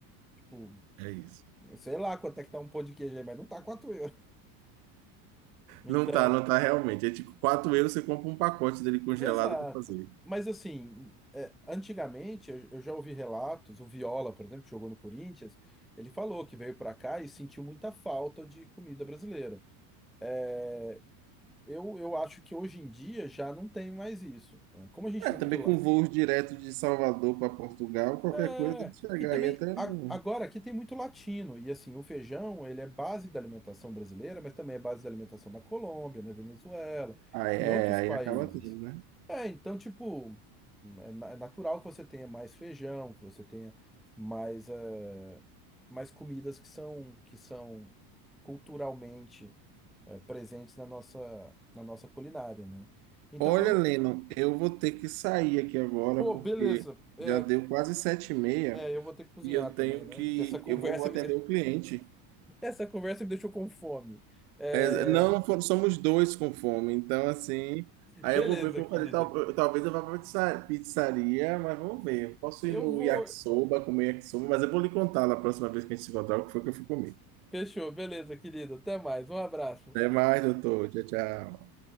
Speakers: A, in the centre; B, on the right.
A: Tipo,
B: É isso.
A: sei lá quanto é que tá um pão de queijo aí, mas não tá 4 euros. Então.
B: Não tá, não tá realmente. É tipo 4 euros você compra um pacote dele congelado
A: Exato.
B: para fazer.
A: Mas assim, é, antigamente eu, eu já ouvi relatos, o Viola, por exemplo, que jogou no Corinthians, ele falou que veio para cá e sentiu muita falta de comida brasileira. É, eu, eu acho que hoje em dia já não tem mais isso. né? Como a gente
B: É,
A: tem
B: também
A: muito la-
B: com voos direto de Salvador para Portugal, qualquer
A: É,
B: coisa deve chegar
A: e também
B: aí até.
A: a-
B: no-
A: agora aqui tem muito latino, e assim, o feijão, ele é base da alimentação brasileira, mas também é base da alimentação da Colômbia, na Venezuela,
B: Aí,
A: em
B: é,
A: outros
B: aí
A: países.
B: acaba tendo, né?
A: É, então, tipo, é, na- é natural que você tenha mais feijão, que você tenha mais, eh, mais comidas que são, que são culturalmente, eh, presentes na nossa, na nossa culinária, né? Então,
B: Olha,
A: eu não...
B: Leno, eu vou ter que sair aqui agora
A: Pô,
B: porque
A: beleza. É,
B: já deu quase sete e meia.
A: é, eu vou ter que cozinhar
B: e eu
A: também,
B: tenho
A: né?
B: que,
A: Porque essa <laughs> conversa
B: eu vou atender
A: me
B: o cliente.
A: Essa conversa me deixou com fome. É,
B: É, não, for- somos dois com fome, então assim, aí
A: Beleza,
B: eu vou ver como
A: querida.
B: fazer, tal- eu- talvez eu vá para pizza- pizzaria, mas vamos ver. Eu Posso
A: Eu
B: ir no
A: vou.
B: yakisoba, comer yakisoba, mas eu vou lhe contar na próxima vez que a gente se encontrar o que foi que eu fui comer.
A: Fechou, beleza, querida. Até mais. Um abraço.
B: Até mais, doutor. Tchau, tchau.